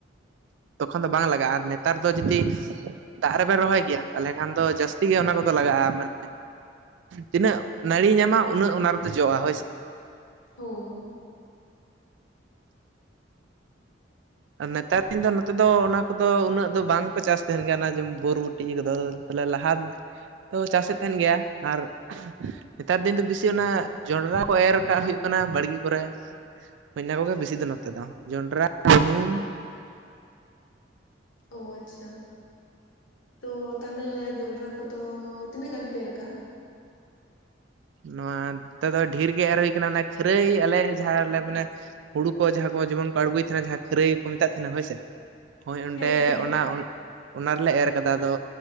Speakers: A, on the right; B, on the left.
A: ᱛᱚᱠᱷᱚᱱ ᱫᱚ ᱵᱟᱝ ᱞᱟᱜᱟᱜᱼᱟ ᱟᱨ ᱱᱮᱛᱟᱨ ᱫᱚ ᱡᱩᱫᱤ ᱫᱟᱜ ᱨᱮᱵᱮᱱ ᱨᱚᱦᱚᱭ ᱜᱮᱭᱟ ᱛᱟᱦᱚᱞᱮ ᱠᱷᱟᱱ ᱫᱚ ᱡᱟᱹᱥᱛᱤ ᱜᱮ ᱚᱱᱟ ᱠᱚᱫᱚ ᱞᱟᱜᱟᱜᱼᱟ᱾ ᱢᱟᱱᱮ ᱛᱤᱱᱟᱹᱜ ᱱᱟᱹᱲᱤ ᱧᱟᱢᱟ ᱩᱱᱟᱹᱜ ᱚᱱᱟ ᱨᱮᱫᱚ ᱡᱚᱜᱼᱟ ᱦᱳᱭ ᱥᱮ
B: ᱦᱳᱭ
A: ᱟᱨ ᱱᱮᱛᱟᱨ ᱫᱤᱱ ᱫᱚ ᱱᱚᱛᱮ ᱫᱚ ᱚᱱᱟ ᱠᱚᱫᱚ ᱩᱱᱟᱹᱜ ᱫᱚ ᱵᱟᱝᱠᱚ ᱪᱟᱥ ᱛᱟᱦᱮᱱ ᱜᱮᱭᱟ ᱚᱱᱟ ᱡᱮᱢ ᱵᱩᱨ -ᱵᱟ. ᱴᱤ ᱤᱭᱟᱹ ᱠᱚᱫᱚ ᱛᱟᱦᱞᱮ ᱞᱟᱦᱟ ᱛᱚ ᱪᱟᱥ ᱮᱫ ᱛᱟᱦᱮᱱ ᱜᱮᱭᱟ ᱟᱨ ᱱᱮᱛᱟᱨ ᱫᱤᱱ ᱫᱚ ᱵᱮᱥᱤ ᱚᱱᱟ ᱡᱚᱱᱰᱨᱟ ᱠᱚ ᱮᱨ ᱠᱟᱜ ᱦᱩᱭᱩᱜ ᱠᱟᱱᱟ ᱵᱟᱲᱜᱮ ᱠᱚᱨᱮ ᱤᱱᱟᱹ ᱠᱚᱜᱮ ᱵᱮᱥᱤ ᱫᱚ ᱱᱚᱛᱮ ᱫᱚ ᱡᱚᱸᱰᱨᱟ, ᱜᱩᱦᱩᱢ
B: ᱚ ᱟᱪᱷᱟ ᱛᱚ ᱛᱟᱦᱚᱞᱮ ᱡᱚᱸᱰᱨᱟ ᱠᱚ ᱛᱚ ᱛᱤᱱᱟᱹᱜ ᱜᱟᱱ ᱯᱮ ᱮᱨ ᱠᱟᱜᱼᱟ?
A: ᱱᱚᱣᱟ ᱛᱮᱫᱚ ᱰᱷᱮᱨ ᱜᱮ ᱮᱨ ᱦᱩᱭ ᱠᱟᱱᱟ ᱚᱱᱟ ᱠᱷᱟᱹᱨᱟᱹᱭ ᱟᱞᱮ ᱡᱟᱦᱟᱸᱞᱮ ᱢᱟᱱᱮ ᱦᱳᱲᱩ ᱠᱚ ᱡᱟᱦᱟᱸ ᱠᱚ ᱡᱮᱢᱚᱱ ᱠᱚ ᱟᱬᱜᱩᱭ ᱛᱟᱦᱮᱱᱟ ᱡᱟᱦᱟᱸ ᱠᱷᱟᱹᱨᱟᱹᱭ ᱠᱚ ᱢᱮᱛᱟᱜ ᱛᱟᱦᱮᱱᱟ ᱦᱳᱭ ᱥᱮ ᱦᱳᱭ ᱚᱸᱰᱮ
B: ᱦᱮᱸ ᱦᱮᱸ
A: ᱚᱱᱟ ᱚᱱᱟ ᱨᱮᱞᱮ ᱮᱨ ᱠᱟᱫᱟ ᱟᱫᱚ